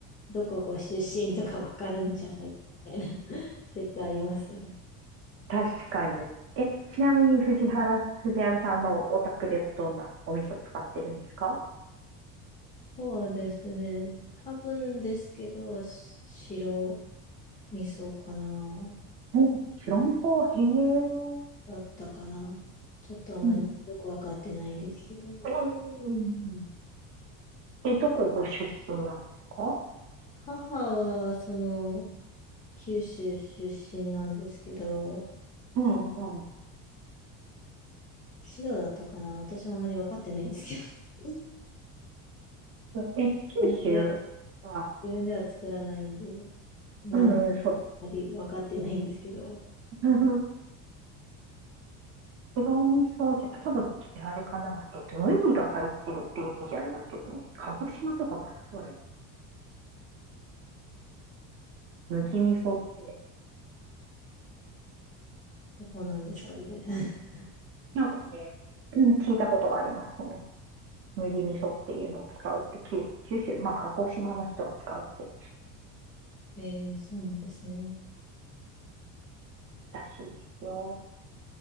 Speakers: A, on the left; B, on the right.
A: どこご出身とかわかるんじゃないみたいな <laughs> 説ありますよね。
B: 確かに。え、ちなみに藤原、藤原さんのお宅ではどんなお味噌使ってるんですか
A: そうですね。多分ですけど、し白味噌かな、
B: お、白味噌、へえ。
A: だったかな。ちょっとあまりよくわかってないんですけど。
B: うん。うんえ、どこご出身なんですか
A: 母は、その、九州出身なんですけど、
B: うんうん。うん
A: 白だったかな私もあまり分かってないんですけど。<laughs> 自
B: え九州は、
A: 分では、自分では作らないんで、なんあ
B: うんうん、そうです。
A: まり分かってないんですけど、
B: うんうん白味噌じゃ、多分、あれかな。えっと、麦が入ってるってイメージありますけどね。鹿児島とかかな、それ。麦味噌って。
A: あどこなんですかね。
B: ちょ
A: <laughs>
B: なんかね、うん聞いたことがあります。その、麦味噌っていうのを使うって、九、九州、まあ、鹿児島の人が使うって
A: えー、そうなんですね。
B: らしいですよ。